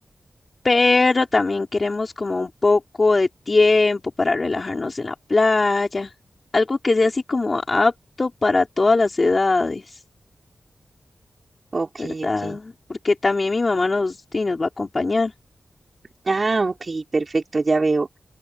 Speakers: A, on the left; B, on the right.
A: pero también queremos como un poco de tiempo para relajarnos en la playa, algo que sea así como apto para todas las edades,
B: ok,
A: ¿verdad?
B: ok.
A: Porque también mi mamá nos, y nos va a acompañar.
B: Ah, ok, perfecto, ya veo.